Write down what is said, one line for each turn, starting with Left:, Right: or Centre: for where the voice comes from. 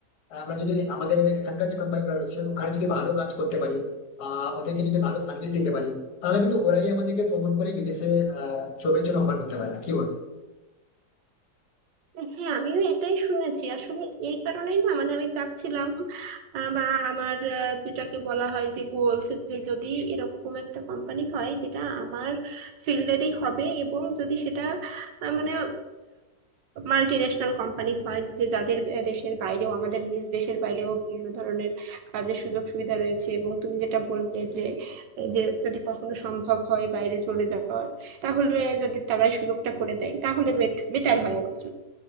Left: আহ, আমরা যদি আমাদের এখানকার যে কোম্পানি গুলো রয়েছে ওখানে যদি ভালো কাজ করতে পারি বা ওদেরকে যদি ভালো সার্ভিস দিতে পারি তাহলে কিন্তু ওরাই আমাদেরকে প্রমোট করে বিদেশে আহ জবের জন্য অফার করতে পারে কি বল
Right: হ্যাঁ আমিও এটাই শুনেছি আসলে এই কারণেই না মানে আমি চাচ্ছিলাম আহ, বা আমার আহ, যেটাকে বলা হয় যে গোলস যে যদি এরকম একটা কোম্পানি হয় যেটা আমার ফিল্ডেরই হবে এবং যদি সেটা আহ, মানে মাল্টি ন্যাশনাল কোম্পানি হয় যে যাদের আহ, দেশের বাইরেও আমাদের নিজ দেশের বাইরেও বিভিন্ন ধরনের কাজের সুযোগ সুবিধা রয়েছে এবং তুমি যেটা বললে যে যে যদি কখনো সম্ভব হয় বাইরে চলে যাওয়ার তাহলে যদি তারাই সুযোগটা করে দেয় তাহলে বেটার হয় আমার জন্য